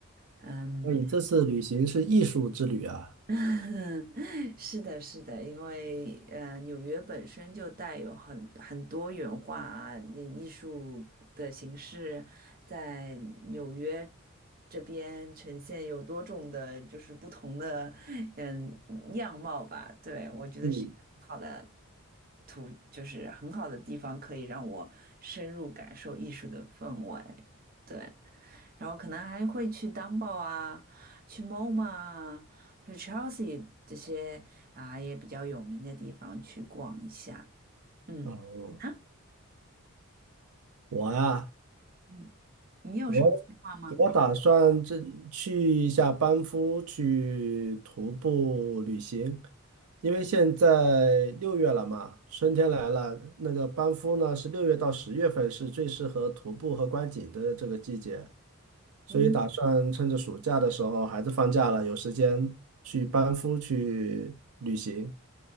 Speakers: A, on the right (about 40°); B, on the right (about 85°).
A: 嗯，
B: 那你这次旅行是艺术之旅啊。
A: <laughs> 是的，是的，因为呃，纽约本身就带有很很多元化啊那艺术的形式在纽约这边呈现有多种的，就是不同的嗯样貌吧。对，我觉得是一个很好的
B: 嗯，
A: 图，就是很好的地方，可以让我深入感受艺术的氛围。对，然后可能还会去 Dumbo 啊，去 MoMA 啊。和 Chelsea 这些啊也比较有名的地方去逛一下。嗯，
B: 哦，
A: 你呢？
B: 我啊，
A: 嗯，你有什么计划吗？
B: 我我打算这去一下班夫去徒步旅行，因为现在六月了嘛，春天来了，那个班夫呢是六月到十月份是最适合徒步和观景的这个季节。
A: 嗯，
B: 所以打算趁着暑假的时候，孩子放假了，有时间去班夫去旅行。